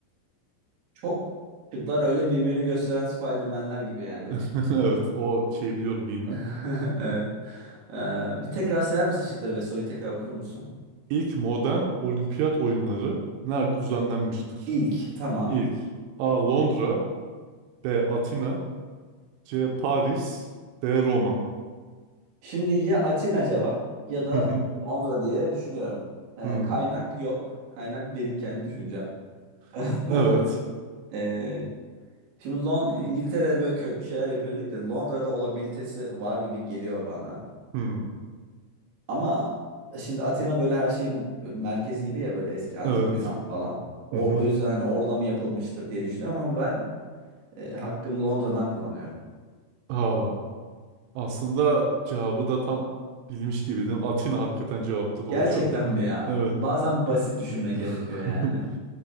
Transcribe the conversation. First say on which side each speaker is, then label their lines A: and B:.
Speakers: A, on the right; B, on the right.
A: Çok şıklar öyle birbirini gösteren Spider-Man'ler gibi yani.
B: <laughs> Evet o şeyi biliyorum bilimi.
A: <laughs> Evet. Ee, bir tekrar sayar mısın şıkları ve soruyu tekrar okur musun?
B: İlk modern olimpiyat oyunları nerede düzenlenmiştir?
A: İlk tamam.
B: İlk A. Londra B. Atina C. Paris D. Roma.
A: Şimdi ya Atina cevap ya da
B: Hı hı.
A: Londra diye düşünüyorum. Ee,
B: Hı.
A: kaynak yok. Kaynak benim kendi düşüncem. <laughs>
B: <laughs> Evet.
A: Ee, şimdi Lon İngiltere'de böyle köklü şeyler yapıyor dedik de Londra'da olabilitesi var gibi geliyor bana.
B: Hmm,
A: Ama şimdi Atina böyle her şeyin merkezi gibi ya böyle eski antik
B: evet.
A: Yunan falan. O,
B: Hı hı.
A: o yüzden hani orada mı yapılmıştır diye düşünüyorum ama ben e, hakkımı Londra'dan kullanıyorum.
B: Aa, aslında cevabı da tam bilmiş gibiydin. Atina hakikaten cevaptı doğru
A: Gerçekten
B: cevap.
A: mi ya?
B: Evet.
A: Bazen basit düşünme gerekiyor
B: <laughs>
A: yani.